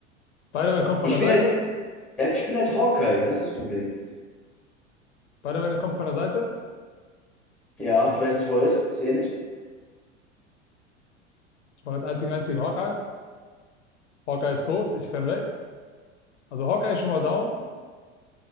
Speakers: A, on the left; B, in the centre.
A: Spider-Man kommt von
B: Ich
A: der
B: bin
A: Seite.
B: halt, ja, ich bin halt Hawkeye. Das ist das Problem.
A: Spider-Man kommt von der Seite.
B: Ja, ich weiß nicht, wo er ist. Ich sehe nicht.
A: Ich mache jetzt eins gegen eins gegen Hawkeye. Hawkeye ist tot. Ich renn weg. Also Hawkeye ist schon mal down.